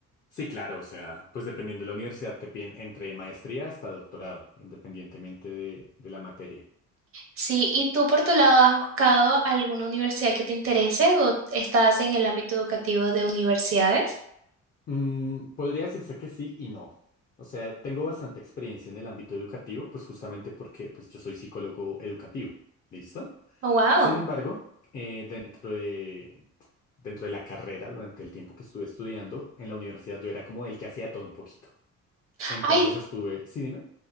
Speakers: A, on the left; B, on the right.
A: sí, claro, o sea, pues dependiendo de la universidad te piden entre maestría hasta doctorado, independientemente de de la materia.
B: Sí, ¿y tú por tu lado has buscado alguna universidad que te interese o estás en el ámbito educativo de universidades?
A: Mm, podría decirse que sí y no. O sea, tengo bastante experiencia en el ámbito educativo, pues justamente porque pues, yo soy psicólogo educativo. ¿Listo?
B: Oh, wow.
A: Sin embargo, eh, dentro de, dentro de la carrera, durante el tiempo que estuve estudiando, en la universidad yo era como el que hacía todo un poquito. Entonces
B: Ay,
A: estuve, sí, dime.